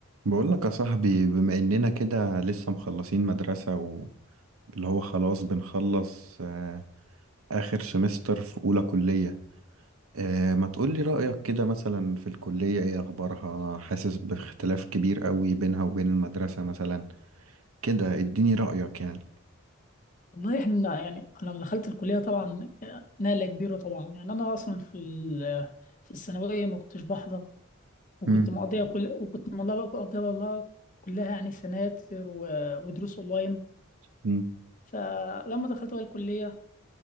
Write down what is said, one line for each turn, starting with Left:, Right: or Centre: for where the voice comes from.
Right: بقول لك يا صاحبي بما اننا كده لسه مخلصين مدرسة واللي هو خلاص بنخلص آه، اخر سمستر في اولى كلية آه، ما تقولي رأيك كده مثلا في الكلية ايه اخبارها حاسس باختلاف كبير قوي بينها وبين المدرسة مثلا كده اديني رأيك يعني
Left: والله احنا يعني انا لما دخلت الكليه طبعا نقله كبيره طبعا يعني انا اصلا في ال- في الثانويه ما كنتش بحضر وكنت
Right: مم،
Left: مقضيها كل وكنت مقضيها والله كلها يعني سناتر و- ودروس اونلاين
Right: مم،
Left: فلما دخلت بقى الكليه